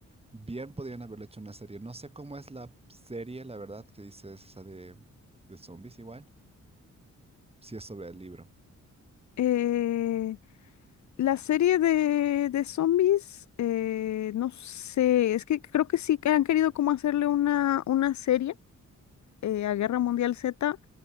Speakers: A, on the right (about 20°); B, on the left (about 65°).
A: bien podrían haberlo hecho una serie. No sé cómo es la serie, la verdad, que dices esa de, de zombies igual, si es sobre el libro.
B: Eh, La serie de, de zombies, eh, no sé, es que creo que sí que han querido como hacerle una, una serie eh, a Guerra Mundial Z,